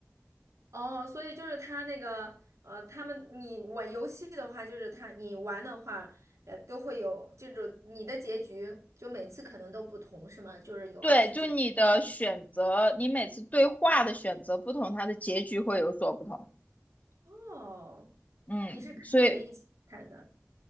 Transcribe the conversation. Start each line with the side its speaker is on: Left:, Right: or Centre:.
Right: 哦，所以就是他那个呃，他们你玩游戏的话，就是他你玩的话，呃，都会有这种你的结局，就每次可能都不同，是吗？就是有二十几。
Left: <laughs> 对，就你的选择，你每次对话的选择不同，它的结局会有所不同。
Right: 哦，
Left: 嗯，
Right: 你是跟谁一起看的？
Left: 所以